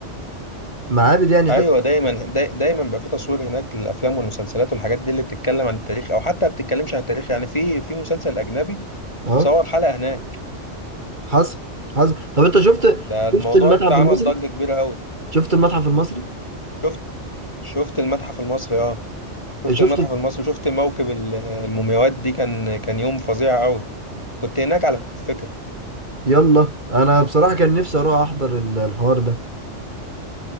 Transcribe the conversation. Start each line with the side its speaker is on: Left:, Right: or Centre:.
Right: معابد يعني
Left: ايوه
Right: حلوه
Left: دايما داي دايما بقى في تصوير هناك للافلام والمسلسلات والحاجات دي اللي بتتكلم عن التاريخ او حتى ما بتتكلمش عن التاريخ يعني في في مسلسل اجنبي
Right: اه
Left: صور حلقه هناك
Right: حصل حصل طب انت شفت
Left: ده الموضوع
Right: شفت المتحف
Left: ده عمل
Right: المصري
Left: ضجه كبيره قوي
Right: شفت المتحف المصري
Left: شفت شفت المتحف المصري اه شفت
Right: شفت
Left: المتحف المصري شفت موكب ال- المومياوات دي كان كان يوم فظيع قوي كنت هناك على فكره
Right: يلا انا بصراحة كان نفسي اروح احضر ال- الحوار ده